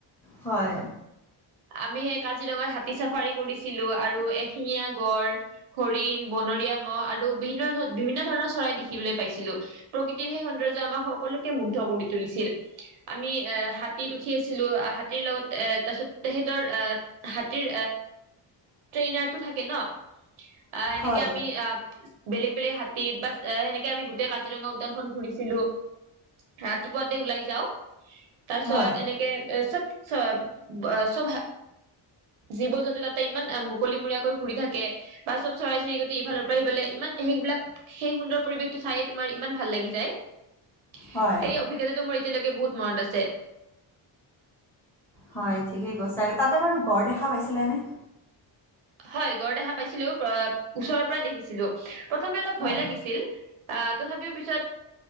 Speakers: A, in the centre; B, on the right.
A: হয়।
B: আমি সেই কাজিৰঙাত হাতী চাফাৰী কৰিছিলোঁ, আৰু এশিঙীয়া গড়, হৰিণ, বনৰীয়া ম'হ আৰু বিভিন্ন ধৰ বিভিন্ন ধৰণৰ চৰাই দেখিবলৈ পাইছিলো। প্ৰকৃতিৰ সেই সৌন্দৰ্য্যই আমাক সকলোকে মুগ্ধ কৰি তুলিছিল। আমি এ হাতীত উঠি আছিলো, হাতীৰ লগত এ তাৰ পিছত তেহেতৰ আহ হাতীৰ ট্ৰেইনাৰটো থাকে ন? অ' এনেকে
A: হয়।
B: আমি অ' বেলেগ বেলেগ হাতীত বা সেনেকে আমি গোটেই ক কাজিৰঙা উদ্যানখন ঘূৰিছিলোঁ ৰাতিপুৱাতে ওলাই যাও। তাৰপিছত
A: হয়,
B: এনেকে এ চব চব জীৱ-জন্তু তাতে ইমান মুকলি মূৰিয়াকৈ ঘূৰি থাকে। বা চব চৰাই-চিৰিকটি ইফালৰ পৰা সিফালে ইমান সেইবিলাক সেই সুন্দৰ পৰিৱেশটো চাইয়ে তোমাৰ ইমান ভাল লাগি যায়, সেই
A: হয়,
B: অভিজ্ঞতাটো মোৰ এতিয়ালৈকে বহুত মনত আছে।
A: হয় ঠিকেই কৈছা, আৰু তাতে বাৰু ঘৰ দেখা পাইছিলা নে?
B: হয় গড় দেখা পাইছিলো, ওচৰৰ পৰা দেখিছিলো প্ৰথমে অলপ
A: হয়,
B: ভয় লাগিছিল। আহ তথাপিও পিছত